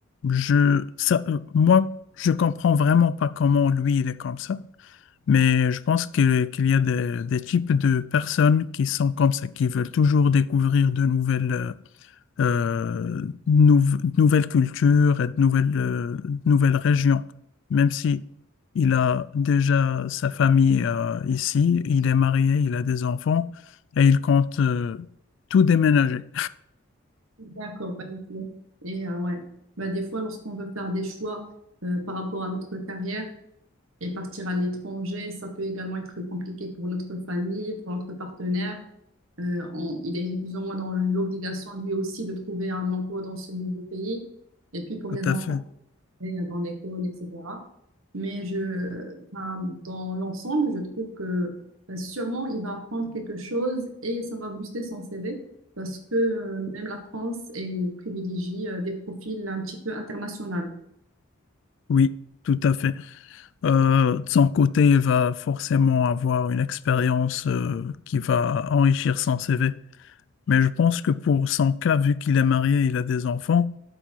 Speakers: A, on the left; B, on the right.
A: Je, ça, euh, moi, je comprends vraiment pas comment lui, il est comme ça, mais je pense que- qu'il y a des, des types de personnes qui sont comme ça, qui veulent toujours découvrir de nouvelles, euh, euh, nouv- de nouvelles cultures et de nouvelles, euh, de nouvelles régions. Même si il a déjà sa famille euh, ici, il est marié, il a des enfants et il compte euh, tout déménager.
B: D'accord, bah, ok. et euh, ouais, bah, des fois, lorsqu'on veut faire des choix euh, par rapport à notre carrière et partir à l'étranger, ça peut également être compliqué pour notre famille, pour notre partenaire. Euh, on- il est plus ou moins dans l'obligation lui aussi de trouver un emploi dans ce nouveau pays. Et puis pour
A: Tout
B: les
A: à
B: enfants,
A: fait.
B: et dans l'école, etc. Mais je, enfin, dans l'ensemble, je trouve que euh, sûrement il va apprendre quelque chose et ça va booster son CV parce que euh, même la France, elle privilégie euh, des profils un petit peu internationaux.
A: Oui, tout à fait. Euh, de son côté, il va forcément avoir une expérience euh, qui va enrichir son CV. Mais je pense que pour son cas, vu qu'il est marié, il a des enfants,